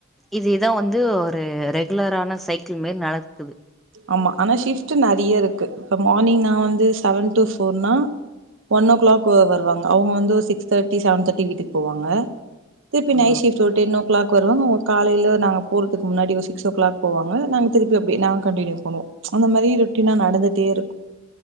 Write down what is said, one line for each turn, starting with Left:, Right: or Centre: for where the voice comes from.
Centre: இதேதா வந்து ஒரு ரெகுலரான சைக்கிள் மாரி நடக்குது
Right: ஆமா ஆனா ஷிஃப்ட் நெறைய இருக்கு இப்போ மார்னிங் நா வந்து செவன் டு ஃபோர்னா ஒன் ஓ கிளாக் வருவாங்க அவுங்க வந்து ஒரு சிக்ஸ் தேர்ட்டி செவன் தேர்ட்டி வீட்டுக்கு போவாங்க திருப்பி
Centre: ஆ
Right: night shift <unintelligible> ten o'clock வருவாங்க அவுங்க காலையில நாங்க போறதுக்கு முன்னாடி ஒரு சிக்ஸ் ஓ கிளாக் போவாங்க நாங்க திருப்பி அப்டி நாங் கண்டினியூ பண்ணுவோ அந்த மாரி ரேட்டினா நடந்துட்டே இருக்கு